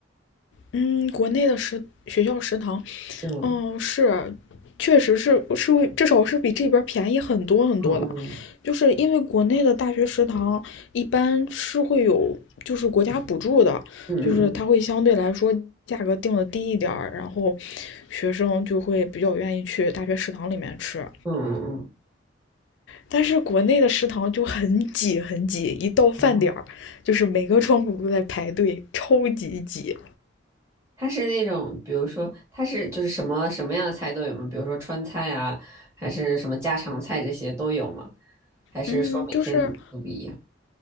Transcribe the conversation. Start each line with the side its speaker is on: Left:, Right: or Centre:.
Left: 嗯，国内的食学校食堂
Right: 对，嗯
Left: 嗯，是，确实是是会，至少是比这边便宜很多很多的，
Right: 嗯
Left: 就是因为国内的大学食堂一般是会有就是国家补助的，
Right: 嗯嗯
Left: 就是它会相对来说价格定的低一点儿，然后学生就会比较愿意去大学食堂里面吃。
Right: 嗯嗯嗯
Left: 但是国内的食堂就很挤很挤，一到饭点儿，
Right: 嗯，
Left: 就是每个窗口都在排队，超级挤。
Right: 它是那种，比如说它是就是什么什么样的菜都有吗？比如说川菜啊，还是什么家常菜这些都有吗？还是说每天都不一样？
Left: 嗯，就是